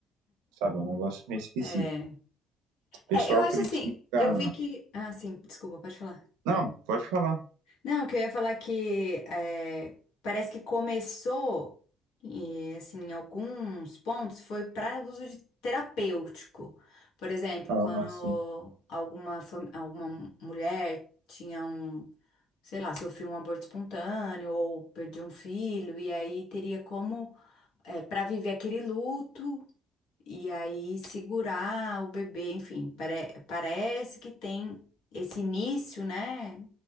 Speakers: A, on the right; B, on the left.
A: Sabe, é um negócio meio esquisito.
B: É.
A: O pessoal
B: É, eu acho
A: critica.
B: assim, eu vi que. Ah, sim, desculpa, pode falar.
A: Não, pode falar.
B: Não, que eu ia falar que é, parece que começou, e, assim, em alguns pontos, foi para uso de terapêutico. Por exemplo,
A: Ah,
B: quando
A: sim.
B: alguma, fam- alguma mulher tinha um, sei lá, sofreu um aborto espontâneo ou perdeu um filho, e aí teria como, para viver aquele luto. E aí segurar o bebê, enfim, pare- parece que tem esse início, né,